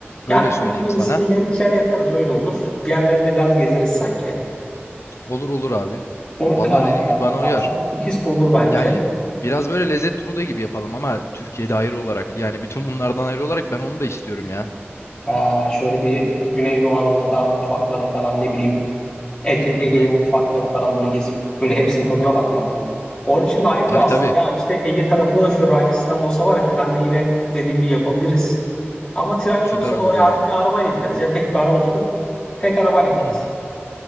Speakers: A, on the left; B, on the left.
A: öyle
B: Ya kruz
A: söyleyeyim
B: gemisinde
A: sana.
B: yer içer yatarız öyle olur. Diğerlerinde biraz gezeriz sanki.
A: Olur olur abi.
B: Onun
A: Vallahi
B: kararı
A: dediğim
B: vermek
A: gibi bana uyar.
B: lazım. İkisi de olur bence.
A: Yani biraz böyle lezzet turu da gibi yapalım ama Türkiye'de ayrı olarak. Yani bütün bunlardan ayrı olarak ben onu da istiyorum ya.
B: Aa, şöyle bir Güneydoğu Anadolu falan mutfaklarını falan ne bileyim Ege, Ege'nin
A: Hı hı.
B: mutfaklarını falan böyle gezip böyle hepsinin tadına bakmak mı? Onun için de ayrı
A: Tabii
B: bir aslında.
A: tabii.
B: Ya işte Ege tarafında da şöyle raylı sistem olsa var ya trenle yine dediğim gibi yapabiliriz. Ama tren
A: Süper
B: yoksa
A: olur
B: da oraya
A: ya.
B: artık bir arabayla gideriz. Ya tek bir araba tutup tek arabayla gideriz.
A: Hı hı.